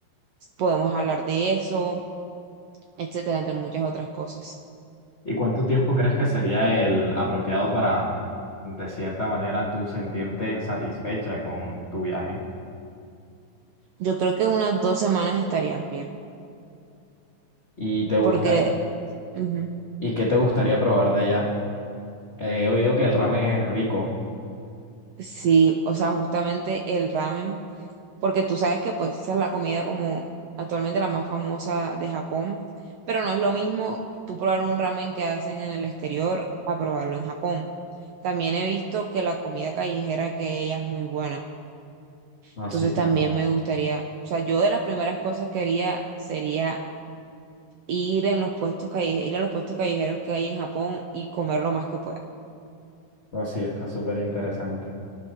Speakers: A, on the right; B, on the left.
A: podemos hablar de eso, etcétera, entre muchas otras cosas.
B: ¿Y cuánto tiempo crees que sería el apropiado para, de cierta manera, tú sentirte satisfecha con tu viaje?
A: Yo creo que unas dos semanas estarían bien,
B: ¿Y te gusta,
A: porque ujú,
B: y qué te gustaría probar de allá? He oído que el ramen es rico.
A: sí, o sea, justamente el ramen, porque tú sabes que pues esa es la comida como actualmente la más famosa de Japón, pero no es lo mismo tú probar un ramen que hacen en el exterior a probarlo en Japón. También he visto que la comida callejera que hay allá es muy buena,
B: No,
A: entonces
B: sí, claro.
A: también me gustaría, o sea, yo de las primeras cosas que haría sería ir en los puestos callejeros, ir a los puestos callejeros que hay en Japón y comer lo más que pueda.
B: No, sí, está súper interesante.